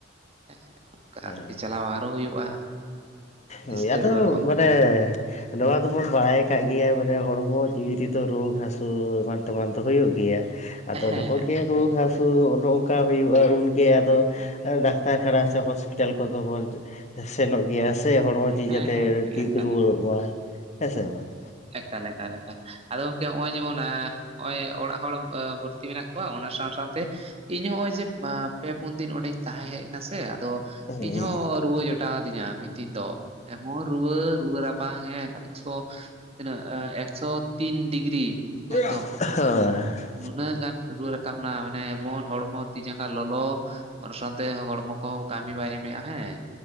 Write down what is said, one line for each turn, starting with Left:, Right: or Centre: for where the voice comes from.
Right: <inaudible>
Left: ᱦᱳᱭ
Right: ᱟᱨᱠᱤ ᱪᱟᱞᱟᱣ ᱟᱨᱚ ᱦᱩᱭᱩᱜᱼᱟ ᱱᱤᱥᱛᱟᱹᱨ
Left: ᱦᱳᱭ ᱟᱫᱚ
Right: ᱵᱟᱹᱱᱩᱜ ᱟᱠᱟᱫᱟ
Left: ᱢᱟᱱᱮ ᱱᱚᱣᱟ ᱫᱚᱵᱚᱱ ᱵᱟᱲᱟᱭ ᱠᱟᱜ ᱜᱮᱭᱟ ᱢᱟᱱᱮ ᱦᱚᱲᱢᱚ ᱡᱤᱣᱤ ᱨᱮᱫᱚ ᱨᱩᱣᱽ ᱦᱟᱹᱥᱩ ᱮᱢᱟᱱ ᱛᱚᱢᱟᱱ ᱫᱚ ᱦᱩᱭᱩᱜ ᱜᱮᱭᱟ ᱟᱫᱚ
Right: ᱦᱮᱸ
Left: ᱡᱚᱠᱷᱚᱱ ᱜᱮ ᱨᱩᱣᱟᱹ ᱦᱟᱹᱥᱩ ᱛᱚ ᱚᱱᱮ ᱚᱝᱠᱟ ᱦᱩᱭᱩᱜᱼᱟ ᱩᱱᱜᱮ ᱟᱫᱚ ᱰᱟᱠᱛᱟᱨ ᱠᱷᱟᱱᱟ ᱥᱮ ᱦᱚᱸᱥᱯᱤᱴᱟᱞ ᱠᱚᱫᱚ ᱵᱚᱱ ᱥᱮᱱᱚᱜ ᱜᱮᱭᱟ ᱥᱮ ᱦᱚᱲᱢᱚ ᱡᱤ
Right: ᱦᱮᱸ
Left: ᱡᱟᱛᱮ
Right: ᱦᱮᱸ ᱦᱮᱸ
Left: ᱴᱷᱤᱠ
Right: ᱮᱠᱟᱞ
Left: ᱨᱩᱣᱟᱹᱲᱚᱜ
Right: ᱮᱠᱟᱞ
Left: ᱢᱟ ᱦᱮᱸ ᱥᱮ ᱵᱟᱝ
Right: ᱮᱠᱟᱞ ᱮᱠᱟᱞ ᱮᱠᱟᱞ ᱟᱫᱚ ᱜᱚᱢᱠᱮ ᱱᱚᱜᱼᱚᱭ ᱡᱮᱢᱚᱱ ᱱᱚᱜᱼᱚᱭ ᱚᱲᱟᱜ ᱦᱚᱲ ᱵᱷᱩᱨᱛᱤ ᱢᱮᱱᱟᱜ ᱠᱚᱣᱟ ᱚᱱᱟ ᱥᱟᱶ ᱥᱟᱶᱛᱮ ᱤᱧ ᱱᱚᱜ ᱚᱭ ᱡᱮ ᱯᱮ ᱯᱩᱱ ᱫᱤᱱ ᱚᱸᱰᱮᱧ ᱛᱟᱦᱮᱸ ᱦᱮᱡ ᱮᱱᱟ ᱥᱮ ᱟᱫᱚ
Left: ᱦᱮᱸ
Right: ᱤᱧ ᱦᱚᱸ ᱨᱩᱣᱟᱹ ᱡᱚᱴᱟᱣᱟᱫᱤᱧᱟ ᱢᱤᱫ ᱫᱤᱱ ᱫᱚ ᱮᱢᱚᱱ ᱨᱩᱣᱟᱹ ᱨᱩᱣᱟᱹ ᱨᱟᱯ ᱵᱟᱝ ᱦᱮᱸ ᱮᱠᱥᱚ ᱛᱤᱱᱟᱹᱜ ᱮᱠᱥᱚ ᱛᱤᱱ ᱰᱤᱜᱽᱨᱤ
Left: ᱦᱳᱸ
Right: ᱮᱠᱫᱚᱢ ᱱᱩᱱᱟᱹᱜ ᱜᱟᱱ ᱨᱩᱟᱹ ᱨᱟᱠᱟᱵ ᱮᱱᱟ ᱢᱟᱱᱮ ᱮᱢᱚᱱ ᱦᱚᱲᱢᱚ ᱛᱤ ᱡᱟᱸᱜᱟ ᱞᱚᱞᱚ ᱚᱱᱟ ᱥᱟᱶᱛᱮ ᱦᱚᱲᱢᱚ ᱠᱚᱦᱚᱸ ᱠᱟᱹᱢᱤ ᱵᱟᱭ ᱮᱢᱮᱜᱼᱟ ᱦᱮᱸ